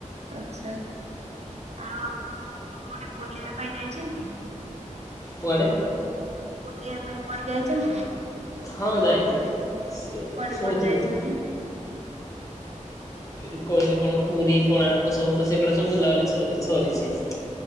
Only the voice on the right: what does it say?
ଆଚ୍ଛା। ଆଉ ଆପଣ କୋଡି କୋଉଠି ବୁଲିଆ ପାଇଁ ଯାଇଚନ୍ତି?
ବୁଲିବା ପାଇଁ କୁଆଡେ ଯାଇଚନ୍ତି?
କୁଆଡେ
କୁଆଡେ ଯାଇଛନ୍ତି?